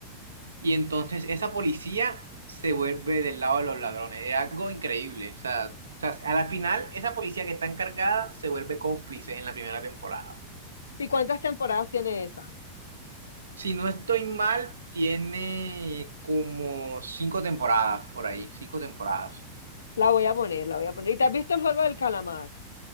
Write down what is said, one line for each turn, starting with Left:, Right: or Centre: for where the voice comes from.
Right: Y entonces esa policía se vuelve del lado de los ladrones. Es algo increíble. O sea, o sea, a la final, esa policía que está encargada se vuelve cómplice en la primera temporada.
Left: ¿Y cuántas temporadas tiene esa?
Right: Si no estoy mal, tiene como cinco temporadas por ahí, cinco temporadas.
Left: La voy a poner, la voy a poner. ¿Y te has visto el juego del calamar?